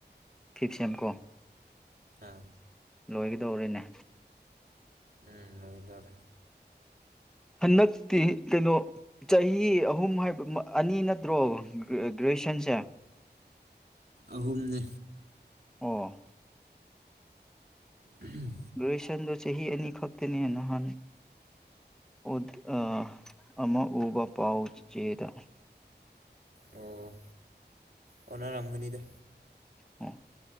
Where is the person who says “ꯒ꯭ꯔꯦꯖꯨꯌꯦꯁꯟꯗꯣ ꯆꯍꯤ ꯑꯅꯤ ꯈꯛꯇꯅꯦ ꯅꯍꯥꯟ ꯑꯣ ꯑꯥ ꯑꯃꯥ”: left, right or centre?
Centre